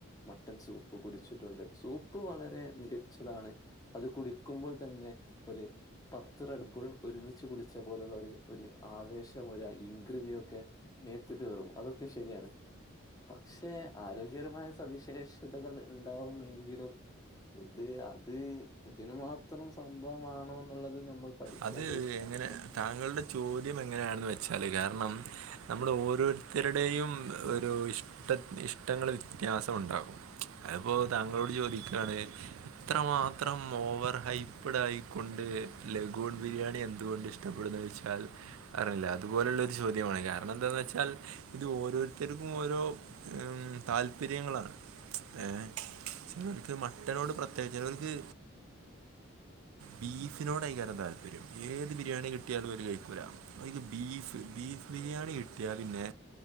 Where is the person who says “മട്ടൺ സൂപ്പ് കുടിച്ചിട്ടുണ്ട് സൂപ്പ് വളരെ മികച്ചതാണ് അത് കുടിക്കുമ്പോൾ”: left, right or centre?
Left